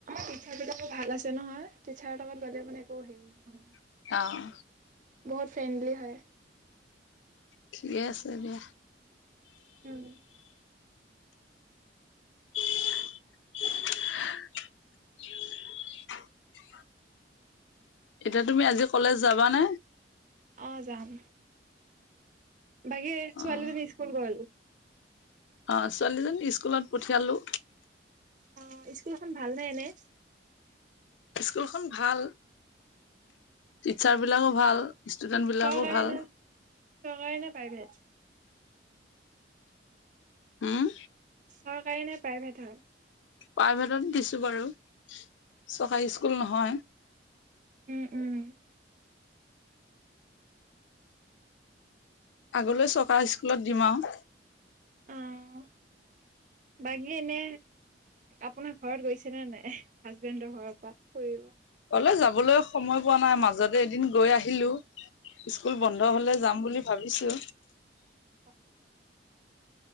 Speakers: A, on the right (about 45°); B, on the left (about 80°).
A: শিক্ষা দিক্ষা শতো ভাল আছে নহয়। টিচাৰ লগত গ'লে মানে একো হেৰি নহয়
B: অ',
A: বহুত ফ্ৰেণ্ডলি হয়।
B: ঠিকে আছে দিয়া।
A: উম,
B: <unintelligible> এতিয়া তুমি আজি কলেজ যাবানে?
A: অ, যাম। বাগে
B: অ',
A: ছোৱালীজনী স্কুল গ'ল?
B: অ, ছোৱালীজনী স্কুলত পঠিয়ালো।
A: অ, স্কুলখন ভালনে এনে?
B: স্কুলখন ভাল টিচাৰ বিলাকো ভাল। ষ্টুডেণ্ট বিলাকো
A: চৰকাৰী
B: ভাল।
A: নে, চৰকাৰী নে প্ৰাইভেট?
B: উম,
A: চৰকাৰী নে প্ৰাইভেট হয়?
B: প্ৰাইভেটতে দিছো বাৰু চৰকাৰী স্কুল নহয়।
A: উম-উম
B: আগলৈ চৰকাৰ স্কুলত দিম আৰু।
A: অ'। বাকী এনে আপোনাৰ ঘৰত গৈছেনে নাই হাজবেণ্ডৰ ঘৰৰ পৰা ফুৰিব?
B: <unintelligible> যাবলৈ সময় পোৱা নাই মাজতে এদিন গৈ আহিলো। স্কুল বন্ধ হ'লে যাম বুলি ভাবিছো।
A: <unintelligible>